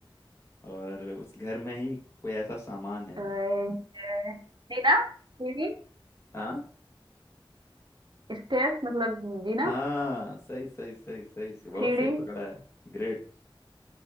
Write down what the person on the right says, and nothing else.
अ, ज- जीना सीढ़ी
स्टेयर्स मतलब जीना
सीढ़ी